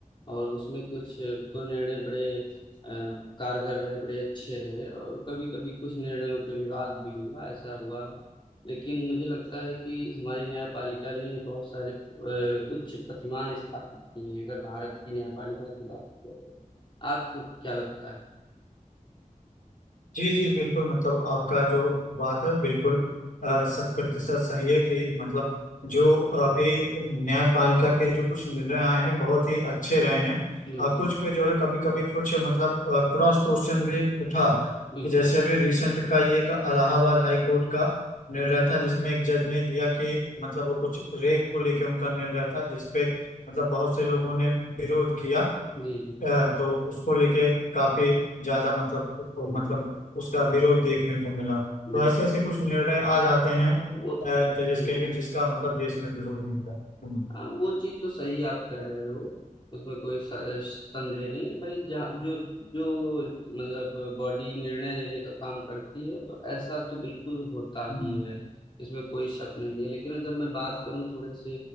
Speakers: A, on the left; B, on the left.
A: और उसमें कुछ तो निर्णय बड़े अ, कारगर रहे बड़े अच्छे रहे और कभी कभी कुछ निर्णयों पे विवाद भी हुआ ऐसा हुआ लेकिन मुझे लगता है कि हमारी न्यायपालिका ने बहुत सारे अ, उच्च प्रतिमान स्थापित किए हैं अगर भारत की न्यायपालिका की बात की जाए आपको क्या लगता है
B: जी जी बिल्कुल मतलब आपका जो बात है बिल्कुल अ, शत प्रतिशत सही है कि मतलब जो अभी न्यायपालिका के जो कुछ निर्णय आए हैं बहुत ही अच्छे रहे हैं
A: बिल्कुल
B: और कुछ पे जो है कभी कभी कुछ मतलब क्रॉस क्वेश्चन भी उठा
A: बिल्कुल
B: कि जैसे अभी रिसेंट का ये का इलाहाबाद हाई कोर्ट का निर्णय था जिसमें एक जज ने दिया कि मतलब वो कुछ रेप को लेके उनका निर्णय था जिसपे मतलब बहुत से लोगों ने विरोध किया
A: जी जी
B: अ, तो उसको लेके काफी ज्यादा मतलब
A: हम्म
B: मतलब उसका विरोध देखने को मिला तो
A: बिल्कुल
B: ऐसे ऐसे कुछ निर्णय आ जाते
A: हाँ
B: हैं
A: वो
B: जजेस
A: जी
B: के भी जिसका मतलब देश में विरोध मिलता है हम्म,
A: हाँ वो चीज तो सही आप कह रहे हो उसमें कोई स- संदेह नहीं है भाई जहाँ जो जो मतलब बॉडी निर्णय लेने का काम करती है तो ऐसा तो बिल्कुल होता
B: हम्म,
A: ही है इसमें कोई शक नहीं है लेकिन अगर मैं बात करूं थोड़े से